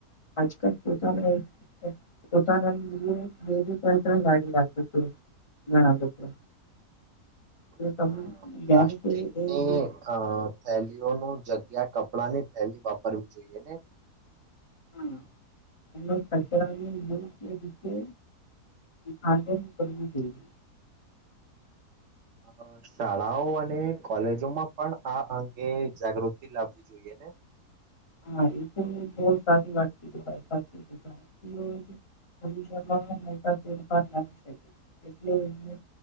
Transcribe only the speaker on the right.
હા પ્લાસ્ટિકની
અ થેલીઓનું જગ્યા કપડાં ની થેલી વાપરવી જોઈએ ને.
અ શાળાઓ અને કોલેજોમાં પણ આ અંગે જાગૃતિ લાવવી જોઈએ ને.